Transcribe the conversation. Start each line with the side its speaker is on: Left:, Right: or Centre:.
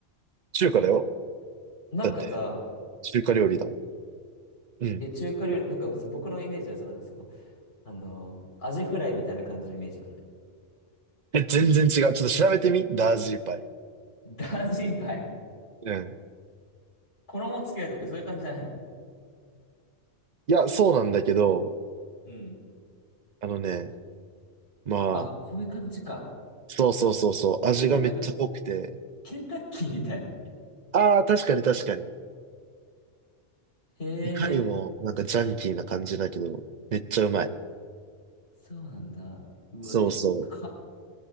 Right: 中華だよ。
Left: なんかさ、
Right: だって、中華料理だもん。うん。
Left: いや、中華料理、なんか僕のイメージはさ、なんかその、あのーアジフライみたいな感じのイメージなのよ。
Right: え、全然違う。ちょっと調べてみダージーパイ。
Left: ダージリパイ。
Right: うん。
Left: 衣つけるとかそういう感じじゃないの
Right: いや、そうなんだけど、
Left: うん。
Right: あのね、まあ、
Left: あ、こういう感じか。
Right: そうそうそうそう、味がめっちゃ濃くて、
Left: え、なんか、ケンタッキーみたい。
Right: ああ、確かに確かに。
Left: へ
Right: いかにもなんかジャンキーな感じだけど、
Left: え、
Right: めっちゃうまい。
Left: そうなんだ。うわ、
Right: そうそう。
Left: でっか。